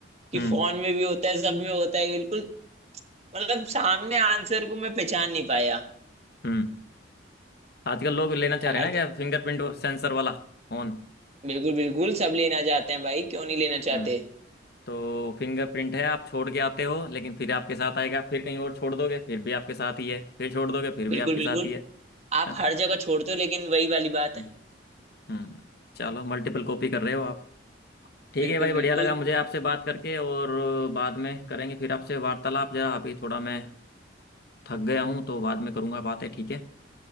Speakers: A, on the right; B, on the left.
A: कि
B: हम्म
A: फोन में भी होता है सब में होता है बिल्कुल मतलब सामने आंसर को मैं पहचान नहीं पाया
B: हम्म आजकल लोग लेना चाह
A: यार
B: रहे हैं ना क्या
A: तो
B: फिंगरप्रिंट सेंसर वाला फोन
A: बिल्कुल बिल्कुल सब लेना चाहते हैं भाई क्यों नहीं लेना
B: हम्म
A: चाहते
B: तो फिंगरप्रिंट है आप छोड़ के आते हो लेकिन फिर आपके साथ आएगा फिर कहीं और छोड़ दोगे फिर भी आपके साथ ही है फिर छोड़ दोगे फिर भी
A: बिल्कुल
B: आपके साथ
A: बिल्कुल
B: ही है है
A: आप
B: ना?
A: हर जगह छोड़ते हो लेकिन वही वाली बात
B: हम्म
A: है
B: हम्म चलो मल्टीपल कॉपी कर रहे हो आप ठीक
A: बिल्कुल
B: है भाई
A: बिल्कुल
B: बढ़िया लगा मुझे आपसे बात करके और बाद में करेंगे फिर आपसे वार्तालाप जरा अभी थोड़ा मैं थक गया हूँ तो बाद में करूँगा बातें ठीक है